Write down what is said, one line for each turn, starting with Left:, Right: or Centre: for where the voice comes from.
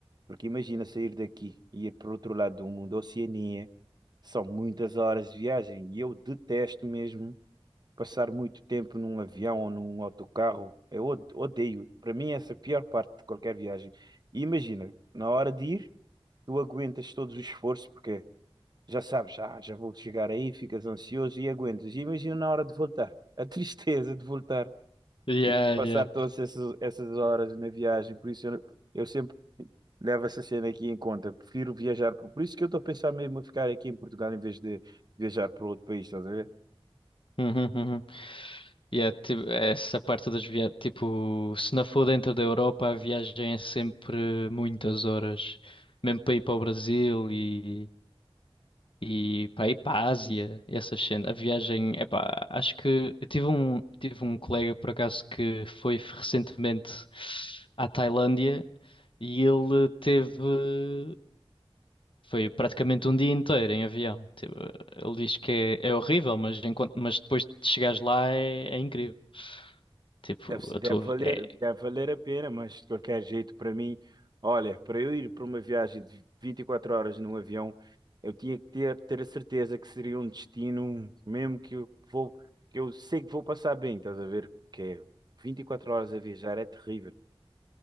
Right: Porque imagina sair daqui e ir para o outro lado do mundo, Oceania, são muitas horas de viagem e eu detesto mesmo passar muito tempo num avião ou num autocarro. Eu od- odeio. Para mim, essa é a pior parte de qualquer viagem. E imagina, na hora de ir, tu aguentas todos os esforços, porque. Já sabes, ah, já vou chegar aí, ficas ansioso e aguentas. E imagina na hora de voltar, <laughs> a tristeza de voltar
Left: Yeah,
Right: e passar
Left: yeah.
Right: todas essas, essas horas na viagem. Por isso eu, eu sempre levo essa cena aqui em conta. Prefiro viajar, por, por isso que eu estou a pensar mesmo a ficar aqui em Portugal em vez de viajar para outro país, estás a ver?
Left: Uhum, uhum. Yeah, tipo, essa parte das viagens, tipo, se não for dentro da Europa, a viagem é sempre muitas horas, mesmo para ir para o Brasil e. E para ir para a Ásia, essas cena, a viagem, epá, acho que eu tive um, tive um colega por acaso que foi recentemente à Tailândia E ele teve. Foi praticamente um dia inteiro em avião. Tipo, ele diz que é, é horrível, mas, enquanto, mas depois de chegares lá é, é incrível. Tipo,
Right: Deve,
Left: a
Right: deve
Left: tua. vi-
Right: valer,
Left: É,
Right: deve valer a pena, mas de qualquer jeito, para mim, olha, para eu ir para uma viagem de 24 horas num avião, eu tinha que ter, ter a certeza que seria um destino, mesmo que eu vou, que eu sei que vou passar bem, estás a ver? Que é 24 horas a viajar é terrível.